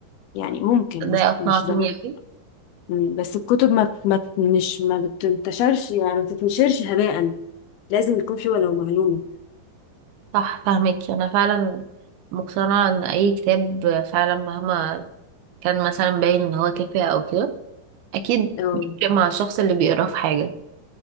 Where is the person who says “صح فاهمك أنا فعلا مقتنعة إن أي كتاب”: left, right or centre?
Right